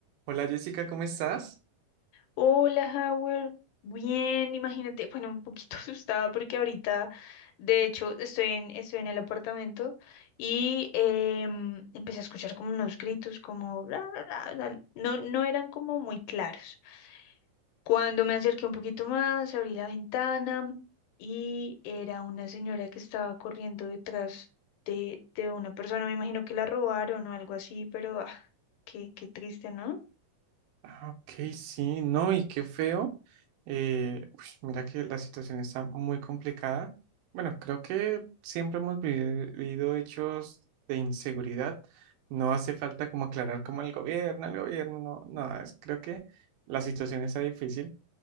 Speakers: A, on the right (about 80°); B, on the left (about 80°).
A: Hola Jessica, ¿cómo estás?
B: Hola, Howard. Bien, imagínate, bueno, un poquito <laughs> asustada porque ahorita, de hecho, estoy en, estoy en el apartamento y em, empecé a escuchar como unos gritos, como "Ra, ra, ra", ra, No, no eran como muy claros. Cuando me acerqué un poquito más, abrí la ventana y era una señora que estaba corriendo detrás de, de una persona. Me imagino que la robaron o algo así, pero ah, qué, qué triste, ¿no?
A: Ah, ok, sí, no, y qué feo. Eh, uy, mira que la situación está muy complicada. Bueno, creo que siempre hemos vivi- vivido hechos de inseguridad. No hace falta como aclarar como el gobierno, el gobierno, no, no, es- creo que la situación está difícil.